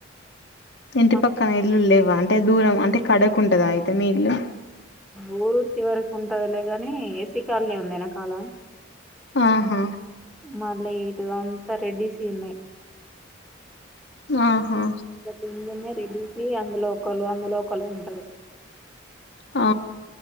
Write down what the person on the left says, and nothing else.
ఇంటి
పక్కన ఇల్లు లేవ అంటే దూరం అంటే కడకు ఉంటదా అయితే మీ ఇల్లు
ఆహా
ఆహా
ఆ